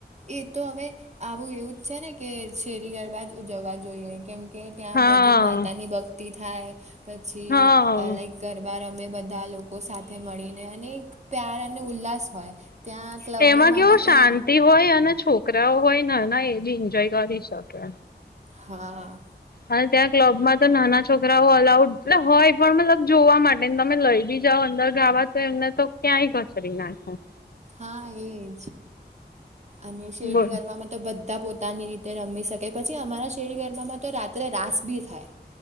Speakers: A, on the right; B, on the left.
A: એ તો હવે આવું એવું જ છે ને કે શેરીગરબાજ ઉજવવા જોઈએ કેમ કે ત્યાં
B: હા
A: બધું માતાની ભક્તિ થાય પછી
B: હા
A: લાાઈક ગરબા રમે બધા લોકો સાથે મળીને અને એક પ્યાર અને ઉલ્લાસ હોય ત્યાં ક્લબોમાં
B: એમાં કેવું
A: તો કઈ
B: શાંતિ હોય અને છોકરાઓ હોય ને એ બી એન્જોય કરી શકે.
A: હા
B: અને ત્યાં ક્લબમાં તો નાના છોકરાઓ અલાઉડ એટલે હોય પણ મતલબ જોવા માટે તમે લઈ બી જાઓ અંદર ગાવા તો એમને તો ક્યાંય ખચડી નાખે
A: હા એજ અને શેરી
B: બોલ.
A: ગરબામાં તો બધા પોતા પોતાની રીતે રમી શકે પછી અમારા શેર ગરબામાં તો રાત્રે રાસ બી થાય.